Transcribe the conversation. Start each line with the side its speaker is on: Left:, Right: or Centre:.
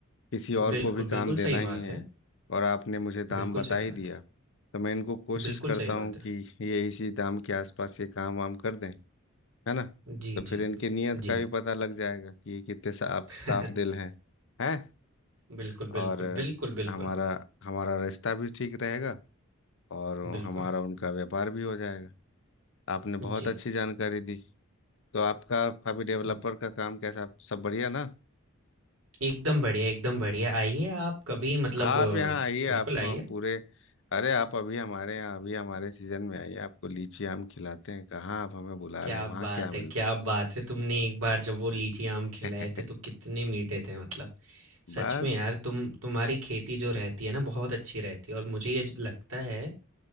Left: किसी और
Right: बिल्कुल,
Left: को भी काम
Right: बिल्कुल
Left: देना
Right: सही
Left: ही
Right: बात
Left: है
Right: है।
Left: और आपने मुझे दाम
Right: बिल्कुल
Left: बता
Right: सही
Left: ही
Right: बात
Left: दिया
Right: है।
Left: तो मैं इनको कोशिश
Right: बिल्कुल
Left: करता
Right: सही
Left: हूँ
Right: बात है।
Left: कि ये इसी दाम के आसपास ये काम वाम कर दें है ना
Right: जी,
Left: तो फिर
Right: जी।
Left: इनकी नीयत
Right: जी।
Left: का भी पता लग जाएगा कि ये कितने साफ
Right: <laughs>
Left: साफ दिल हैं हैं
Right: बिल्कुल,
Left: और
Right: बिल्कुल,
Left: अ,
Right: बिल्कुल, बिल्कुल,
Left: हमारा हमारा रिश्ता भी ठीक रहेगा और
Right: बिल्कुल।
Left: हमारा उनका व्यापार भी हो जाएगा आपने बहुत
Right: जी।
Left: अच्छी जानकारी दी तो आपका अभी डेवलपर
Right: उम,
Left: का काम कैसा सब बढ़िया ना
Right: एकदम बढ़िया, एकदम बढ़िया। आइए आप कभी मतलब
Left: आप
Right: अ,
Left: यहाँ आइए
Right: बिल्कुल
Left: आपको
Right: आइए।
Left: हम पूरे अरे आप अभी हमारे यहाँ अभी हमारे सीजन में आइए आपको लीची आम खिलाते हैं कहाँ आप हमें बुला
Right: क्या
Left: रहे हैं वहाँ
Right: बात
Left: क्या मिलता
Right: है, क्या बात है! तुमने एक बार जब वो लीची आम खिलाए
Left: है
Right: थे तो कितने मीठे थे मतलब।
Left: <laughs>
Right: सच
Left: बस
Right: में यार तुम तुम्हारी खेती जो रहती है ना बहुत अच्छी रहती है और मुझे ये ज लगता है